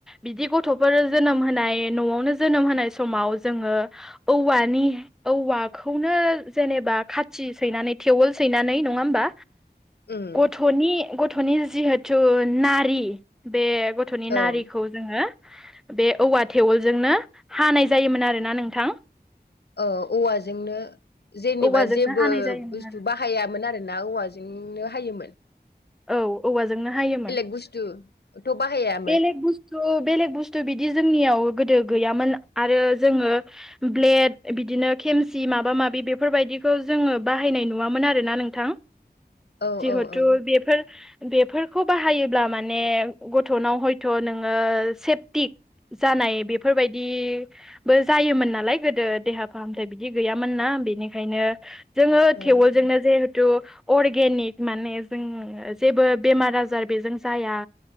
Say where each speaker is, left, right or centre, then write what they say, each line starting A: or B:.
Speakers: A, in the centre; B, on the left (about 75°).
A: बिदि गथ'फोर जोनोम होनाय न'आवनो जोनोम होनाय समाव जोङो औवानि औवाखौनो जेनेबा खाथि सैनानै थेवोल सैनानै नङा होमबा?
B: उम
A: गथ'नि गथ'नि जिहेथु नारि बे गथ'नि
B: औ
A: नारिखौ जोङो बे औवा थेवलजोंनो हानाय जायोमोन आरोना नोंथां।
B: औ औवाजोंनो जेनेबा
A: औवाजोंनो
B: जेबो
A: हानाय जायोमोन
B: बुस्थु
A: आरो
B: बाह हायामोन आरो ना औवाजोंनो हायोमोन।
A: औ औवाजोंनो हायोमोन।
B: बुस्थु थ' बाहाया?
A: बेलेग बुस्थु बेलेग बुस्थु बिदि जोंनियाव गोदो गैयामोन आरो जोङो ब्लेड बिदिनो खेमसि माबा माबि बेफोरबायदिखौ जोङो बाहायनाय नुवामोन आरो ना नोंथां।
B: औ
A: जिहेथु
B: औ औ
A: बेफोर बेफोरखौ बाहायोब्ला माने ग थ'नाव हयथ' नोङो सेफटिक जानाय बेफोरबायदि बो जायोमोन नालाय गोदो देहा फाहामथाय बिदि गैयामोन ना बेनिखायनो जोङो
B: औ
A: थेवलजोंनो जिहेथु अर्गेनिक माने जों जेबो बेमार आजार बेजों जाया।